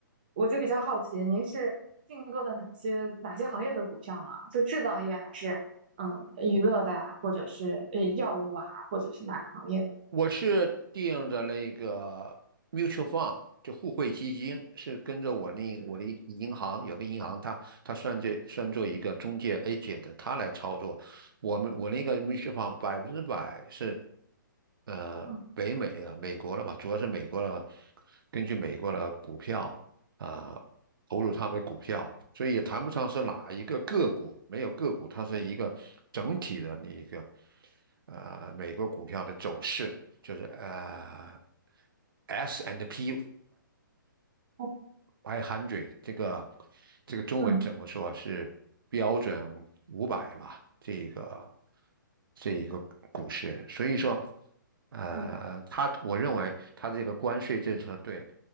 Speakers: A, on the right (about 25°); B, on the right (about 85°).
A: 我就比较好奇，您是竞购的哪些哪些行业的股票呢？是制造业还是嗯娱乐的啊，或者是呃药物啊，或者是哪个行业的？
B: 我是定的那个 mutual fund，就互惠基金，是跟着我那我的银行有个银行，它它算这算作一个中介 agent，它来操作。我们我那个 mutual fund 百分之百是呃北美的美国的吧，
A: 嗯
B: 主要是美国的，根据美国的股票啊。投入他们的股票，所以也谈不上是哪一个个股，没有个股，它是一个整体的那一个呃美国股票的走势，就是呃 S and P Y。
A: 嗯
B: i 0嘴，这个这个中文怎么说是标准五百吧？
A: 嗯
B: 这个这一个股市，所以说，呃，
A: 嗯
B: 他我认为他这个关税政策对